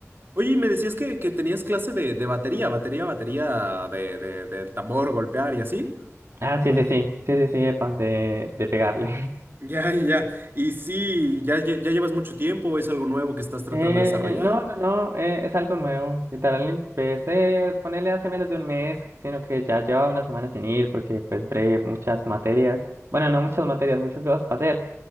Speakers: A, on the right; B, on the right.
A: Oye, y me decías que, que tenías clase de, de batería, batería, batería de, de, del tambor, golpear y así.
B: Ah, sí, sí, sí. Sí, sí, sí, epa, de, de pegarle. <laughs>
A: Ya, ya. ya. Y sí, ya, lle- ya, llevas mucho tiempo, es algo nuevo que estás tratando
B: Eh,
A: de desarrollar.
B: no, no, no, eh, es algo nuevo. Literal, empecé a ponerle hace menos de un mes, sino que ya llevaba una semana sin ir porque pues breve, muchas materias. Bueno, no muchas materias, muchas cosas para hacer.